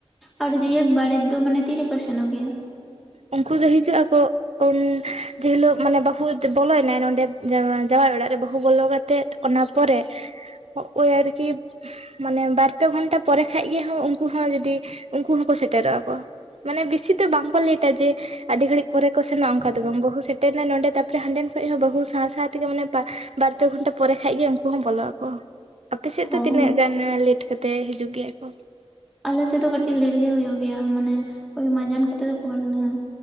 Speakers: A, in the centre; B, on the right (about 70°).
A: ᱟᱨ ᱡᱤᱭᱟᱹᱛ ᱵᱟᱨᱮᱛ ᱫᱚ ᱢᱟᱱᱮ ᱛᱤ ᱨᱮᱠᱚ ᱥᱮᱱᱚᱜ ᱜᱮᱭᱟ,
B: ᱩᱱᱠᱩ ᱫᱚ ᱦᱤᱡᱩᱜ ᱟᱠᱚ, ᱩᱱ ᱡᱮ ᱦᱤᱞᱳᱜ ᱢᱟᱱᱮ ᱵᱟᱹᱦᱩ ᱵᱚᱞᱚᱭᱮᱱᱟᱭ ᱱᱚᱸᱰᱮ ᱡᱟᱶᱟᱭ ᱚᱲᱟᱜ ᱨᱮ ᱵᱟᱹᱦᱩ ᱵᱚᱞᱚ ᱠᱟᱛᱮᱫ, ᱚᱱᱟ ᱯᱚᱨᱮ ᱳᱭ ᱟᱨᱠᱤ, ᱢᱟᱱᱮ ᱵᱟᱨᱯᱮ ᱜᱷᱚᱱᱴᱟ ᱯᱚᱨᱮ ᱠᱷᱟᱡ ᱜᱮ ᱩᱱᱠᱩ ᱦᱚᱸ ᱡᱚᱫᱤ ᱩᱱᱠᱩ ᱦᱚᱸᱠᱚ ᱥᱮᱴᱮᱨᱚᱜᱼᱟ ᱠᱚ, ᱢᱟᱱᱮ ᱵᱮᱥᱤ ᱛᱚ ᱵᱟᱝ ᱠᱚ ᱞᱮᱴᱟ ᱡᱮ, ᱟᱹᱰᱤ ᱜᱷᱟᱹᱲᱤᱡ ᱯᱚᱨᱮ ᱠᱚ ᱥᱮᱱᱚᱜᱼᱟ ᱚᱱᱠᱟ ᱫᱚ ᱵᱟᱝ ᱵᱟᱹᱦᱩ ᱥᱮᱴᱮᱨᱱᱟ ᱱᱚᱰᱮ ᱛᱟᱨᱯᱚᱨᱮ ᱦᱟᱸᱰ ᱠᱷᱚᱱ ᱦᱚᱸ ᱵᱟᱹᱦᱩ ᱥᱟᱶ ᱥᱟᱶ ᱛᱮᱜᱮ ᱢᱟᱱᱮ, ᱵᱟᱨᱯᱮ ᱜᱷᱚᱱᱴᱟ ᱯᱚᱨᱮ ᱠᱷᱟᱡ ᱜᱮ ᱩᱱᱠᱩ ᱦᱚᱸ ᱵᱚᱞᱚᱜ ᱟᱠᱚ, ᱟᱯᱮᱥᱮᱫ ᱫᱚ
A: ᱚ
B: ᱛᱤᱱᱟᱹᱜ ᱜᱟᱱ ᱞᱮᱴ ᱠᱟᱛᱮ ᱦᱤᱡᱩᱜ ᱜᱮᱭᱟ ᱠᱚ,
A: ᱟᱞᱮ ᱥᱮᱫ ᱫᱚ ᱠᱟᱹᱴᱤᱡ ᱞᱮᱴ ᱜᱮ ᱦᱩᱭᱩᱜ ᱜᱮᱭᱟ ᱢᱟᱱᱮ ᱳᱭ ᱢᱟᱡᱟᱱ ᱠᱚᱛᱮ ᱫᱚᱠᱚ ᱵᱚᱞᱚᱱ ᱜᱮᱭᱟ,